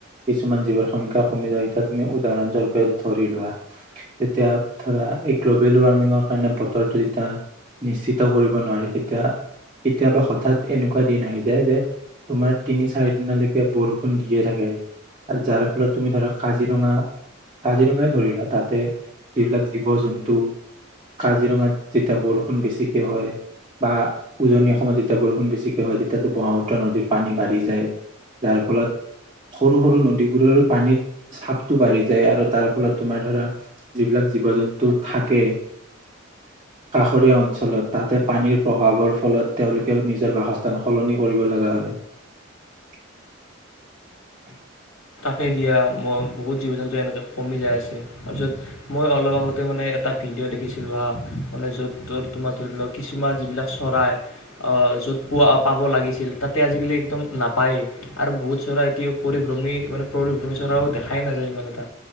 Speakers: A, on the right; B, on the left.
A: কিছুমান জীৱৰ সংখ্যা কমি যায় এতিয়া তুমি উদাহৰণস্বৰূপে ধৰি লোৱা তেতিয়া ধৰা এই গ্ল'বেল ৱাৰ্মিঙৰ কাৰণে বতৰটো যেতিয়া নিশ্চিত কৰিব নোৱাৰি তেতিয়া কেতিয়াবা হঠাৎ এনেকুৱা দিন আহি যায় যে তোমাৰ তিনি চাৰি দিনলৈকে বৰষুণ দিয়ে থাকে আৰু যাৰ ফলত তুমি ধৰা কাজিৰঙা কাজিৰঙাই ধৰি লোৱা তাতে যিবিলাক জীৱ জন্তু কাজিৰঙাত যেতিয়া বৰষুণ বেছিকে হয় বা উজনি অসমত যেতিয়া বৰষুণ বেছিকৈ হয় তেতিয়াতো ব্ৰহ্মপুত্ৰ নদীৰ পানী বাঢ়ি যায় যাৰ ফলত সৰু সৰু নদীবোৰৰো পানীৰ চাপটো বাঢ়ি যায় আৰু তাৰ ফলত তোমাৰ ধৰা যিবিলাক জীৱ জন্তু থাকে কাষৰীয়া অঞ্চলত তাতে পানীৰ প্ৰভাৱৰ। ফলত তেওঁলোকেও নিজৰ বাসস্থান সলনি কৰিব লগা হয়
B: সেইদিয়া মই বহুত জীৱ জন্তু এনেকৈ কমি যায় আছে তাৰপিছত মই অলপ আগতে মানে এটা ভিডিঅ' দেখিছিলোঁ হা মানে য'ত ত তোমাৰ ধৰি লওক কিছুমান যিবিলাক চৰাই য'ত পোৱা পাব লাগিছিল তাতে আজিকালি একদম নাপায়েই আৰু বহুত চৰাই এতিয়া পৰিভ্ৰমী এনে পৰ ভূমি চৰাও দেখাই নাযায় ইমান এটা